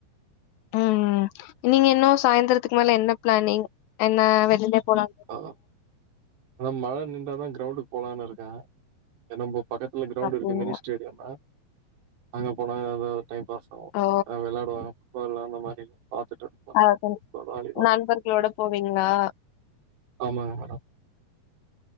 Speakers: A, on the left; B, on the right.
A: ம் நீங்க இன்னு சாய்ந்துரத்துக்கு மேல என்ன ப்ளானிங் என்ன வெளில போலா
B: ஆ அதா மழ நிண்டாதா க்ரௌண்டுக்கு போலான்னு இருக்கே என்னபோ பக்கத்துல க்ரௌண்ட்
A: பாக்குறீங்க
B: இருக்கு மினிஸ்டர் எரியாதா அங்க போனா டைம் பாஸ் ஆவு
A: ஓ
B: விளயாடுவாங்க ஃபுட்பால் அந்த மாரி பாத்துட்டு
A: அது சேரி
B: வாலிபால்.
A: நண்பர்களோட போவீங்ளா
B: ஆமாங்க மேடம்